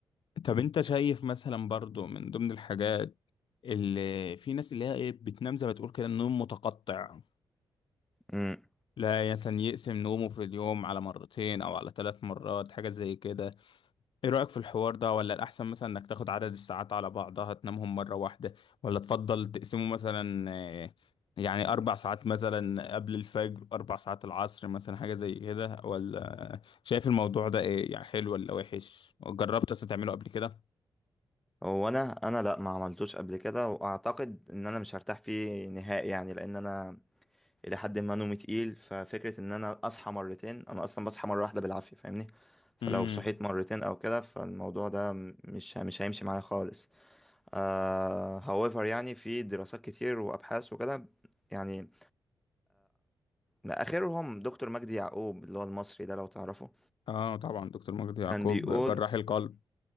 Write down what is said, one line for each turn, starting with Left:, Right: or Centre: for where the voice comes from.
Left: طب انت شايف مثلا برضو من ضمن الحاجات اللي في ناس اللي هي ايه بتنام زي ما تقول كده النوم متقطع
Centre: أمم.
Left: لا مثلا يقسم نومه في اليوم على مرتين او على ثلاث مرات حاجة زي كده ايه رأيك في الحوار ده ولا الاحسن مثلا انك تاخد عدد الساعات على بعضها تنامهم مرة واحدة ولا تفضل تقسمه مثلا آه، يعني اربع ساعات مثلا قبل الفجر اربع ساعات العصر مثلا حاجة زي كده ولا شايف الموضوع ده ايه يعني حلو ولا وحش جربت اصلا تعمله قبل كده
Centre: هو انا انا لا ما عملتوش قبل كده واعتقد ان انا مش هرتاح فيه نهائي يعني لان انا الى حد ما نومي تقيل ففكره ان انا اصحى مرتين انا اصلا بصحى مره واحده بالعافيه فاهمني فلو
Left: امم
Centre: صحيت مرتين او كده فالموضوع ده م- مش مش هيمشي معايا خالص آه however يعني في دراسات كتير وابحاث وكده يعني اخرهم دكتور مجدي يعقوب اللي هو المصري ده لو تعرفه
Left: اه طبعا دكتور مجدي يعقوب
Centre: كان بيقول
Left: جراح القلب